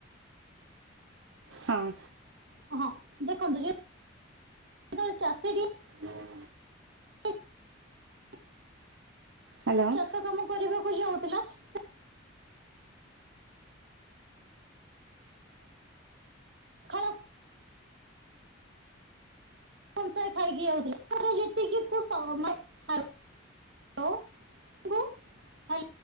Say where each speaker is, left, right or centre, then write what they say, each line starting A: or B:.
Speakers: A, on the right; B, on the right.
A: ହଁ।
B: ହହଁ ଦେଖନ୍ତୁ ଯେ ଳେ ଚାଷୀ ଟିଏ।
A: ହଁ।
B: <unintelligible>
A: ହ୍ୟାଲୋ।
B: ଚାଷ କାମ କରିବାକୁ ଯାଉଥିଲା ସେ ଖଣ। କସେ ଖାଇକି ଯଉଥିଲା ଯେତିକିକୁ ସମୟ ହ୍ୟାଲୋ କୁ ହା।